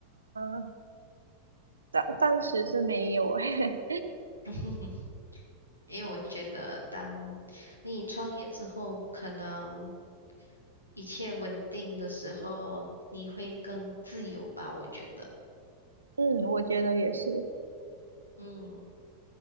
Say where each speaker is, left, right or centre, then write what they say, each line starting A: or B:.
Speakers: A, on the right; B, on the left.
A: 呃暂暂时是没有诶。
B: <laughs> 因为我觉得，当你创业之后，可能一切稳定的时候，你会更自由吧，我觉得。
A: <laughs> 嗯，我觉得也是。
B: 嗯，